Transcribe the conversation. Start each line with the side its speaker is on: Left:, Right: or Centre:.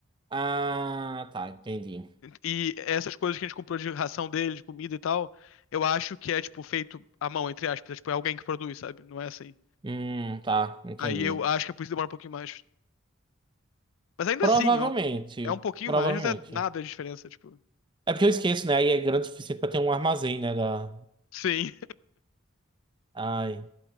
Right: Ah, tá, entendi.
Left: E essas coisas que a gente comprou de ração dele, de comida e tal, eu acho que é, tipo, feito à mão, entre aspas. É, tipo, é alguém que produz, sabe? Não é assim.
Right: Hum, tá, entendi.
Left: Aí eu acho que é por isso que demora um pouquinho mais. Mas ainda
Right: Provavelmente,
Left: assim, é um, é um pouquinho
Right: provavelmente.
Left: mais, mas é nada de diferença, tipo.
Right: É porque eu esqueço, né? Aí é grande o suficiente pra ter um armazém, né? Da...
Left: Sim,
Right: Ai.